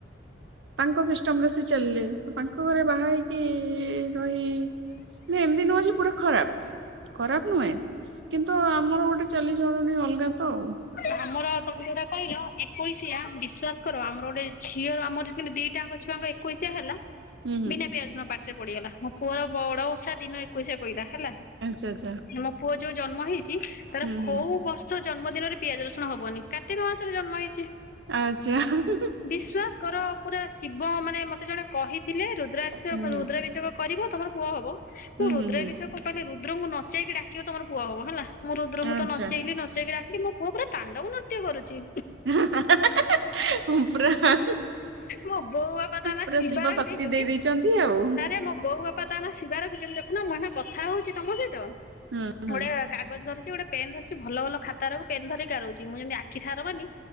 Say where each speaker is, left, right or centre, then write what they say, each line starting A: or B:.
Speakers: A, on the right; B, on the left.
A: ତାଙ୍କ ସିଷ୍ଟମରେ ସିଏ ଚାଲିଲେ ତ ତାଙ୍କ ଘରେ ବାହା ହେଇକି ରହି ନା ଏମିତି ନୁହଁ ଯେ ପୁରା ଖରାପ। ଖରାପ ନୁହେଁ। କିନ୍ତୁ ଆମର ଗୋଟେ ଚାଲିଚଳନି ଅଲଗା ତ ଆଉ।
B: ଆମର ତମେ ଯୋଉଟା କହିଲ ଏକୋଇଶିଆ ବିଶ୍ବାସ କର ଆମର ଗୋଟେ ଝିଅର ଆମର ହେଲେ ଦିଇଟାଙ୍କ ଛୁଆଙ୍କ ଏକୋଇଶିଆ ହେଲା।
A: ହୁଁ ହୁଁ
B: ବିନା ପିଆଜ ରସୁଣ ପାଟିରେ ପଡିଗଲା। ମୋ ପୁଅର ବଡ ଓଷା ଦିନ ଏକୋଇଶିଆ ପ‌ଇଲା ହେଲା।
A: ଆଚ୍ଛା ଆଚ୍ଛା।
B: ମେ ପୁଅ ଯୋଉ ଜନ୍ମ ହେଇଚି ତାର
A: ହୁଁ
B: କୋଉ
A: ହୁଁ
B: ବର୍ଷ ଜନ୍ମ ଦିନରେ ପିଆଜ ରସୁଣ ହବନି କାର୍ତ୍ତିକ ମାସରେ ଜନ୍ମ ହେଇଚି।
A: ଆଚା। <unintelligible>
B: ବିଶ୍ଵାସ କର ପୁରା ଶିବ ମାନେ ମତେ ଜଣେ କହିଥିଲେ ରୁଦ୍ରାକ୍ଷ
A: ହୁଁ ହୁଁ
B: ରୁଦ୍ରାଭିଷେକ କରିବ ତମର ପୁଅ ହବ। ମୁଁ ରୁଦ୍ରାଭିଷେକ
A: ହୁଁ ହୁଁ ହୁଁ
B: କଲି ରୁଦ୍ରଙ୍କୁ ନଚେଇକି ଡାକିବ ତମ ପୁଅ ହବ ହେଲା। ମୁଁ ରୁଦ୍ରଙ୍କୁ
A: ଆଚ୍ଛା
B: ତ ନଚେଇଲିି ନଚେଇକି ଡାକିଲି। ମୋ ପୁଅ ପୁରା ତାଣ୍ଡବ ନୃତ୍ୟ କରୁଚି।
A: <unintelligible> ପୁରା
B: ମୋ ବୋଉ ବାପା ତା ନା
A: ପୁରା
B: ଶିବା
A: ଶିବ
B: ରଖିଦେଇଚନ୍ତି।
A: ଶକ୍ତି ଦେଇ ଦେଇେଇଛନ୍ତି ଆଉ
B: ତାରେ ମୋ ବୋଉ ବାପା ତା ନାଁ ଶିବ ରଖିଚନ୍ତି। ଦେଖୁନ ମୁଁ ଏଇନା କଥା ହୋଉଚି ତମ ସହିତ
A: ହୁଁ
B: ଗୋଟେ
A: ହୁଁ
B: କାଗଜ ଧରିଚି ଗୋଟେ ପେନ୍ ଧରିଚି ଭଲ ଭଲ ଖାତ ଓରକୁ ପେନ୍ ଧିରିକି ଗାରୋଊଚି। ମୁଁ ଯେମିତି ଆଖି ଠାର ମାରିନି